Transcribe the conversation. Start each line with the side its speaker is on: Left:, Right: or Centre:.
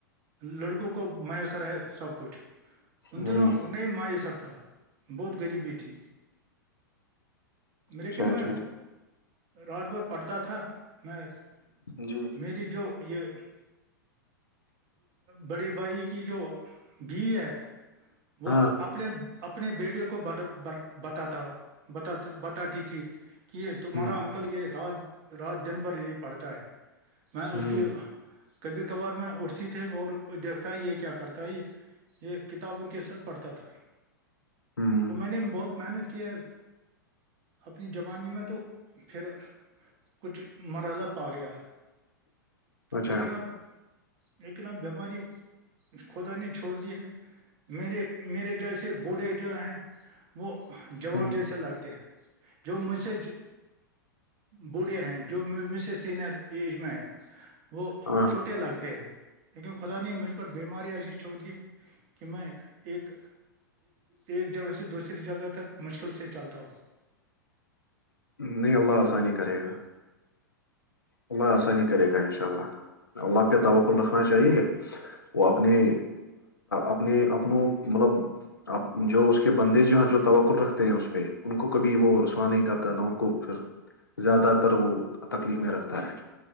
Right: لڑکوں کو میسر ہے سب کچھ ان
Left: ہوں
Right: دنوں انہیں میسر تھا بہت غریبی تھی
Left: اچھا
Right: لیکن
Left: اچھا
Right: میں رات بھر پڑھتا تھا میں
Left: جی
Right: میری جو یہ بڑے بائی کی جو بی ہے وہ
Left: ہاں
Right: اپنے اپنے بیڈیو کو بتاتا ہو بتات بتاتی تھی کہ یہ تمہارا
Left: ہ
Right: انکل یہ رات رات دن بھر یہ پڑھتا ہے میں
Left: ہ
Right: اس کی کبھی کبھار میں اٹھتی تھی اور دیکھتا ہے یہ کیا کرتا ہے یہ کتابوں کے ساتھ پڑھتا تھا
Left: ہ
Right: اور میں نے بہت محنت کیا اپنی جوبانی میں تو پھر کچھ مرحلہ پا گیا
Left: اچھا
Right: لیکن اب لیکن اب بیماری خھدا نے چھوڑ دی ہے میرے میرے جیسے بوڑھے جو ہیں وہ جوان
Left: ہوں،
Right: جیسے لگتے ہیں جو مجھ سے بوڑھے ہیں جو م سے سینئر ایج میں ہے وہ
Left: ہاں
Right: چھوٹے لگتے ہیں لیکن خدا نے مجھ پر بیماری ایسی چھوڑ دی کہ میں ایک ایک جگہ سے دوسری جگہ تک مشکل سے چلتا ہ
Left: نہیں اللہ آسانی کرے گا اللہ آسانی کرے گا انشء انشاء اللہ اللہ پہ تکل رکھنا چاہیے وہ اپنے اپنے اپن مطلب اب جو اس کے بندے جو ہیں جو توقل رکھتے ہیں اس پہ ان کو کبھی وہ رسوا نہیں کرتا نہ ان کو پھر زیادہ تر وہ تکلیف میں رکھتا ہے